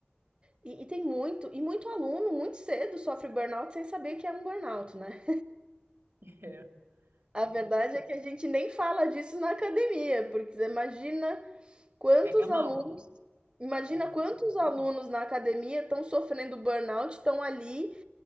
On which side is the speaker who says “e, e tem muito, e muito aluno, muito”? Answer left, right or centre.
Right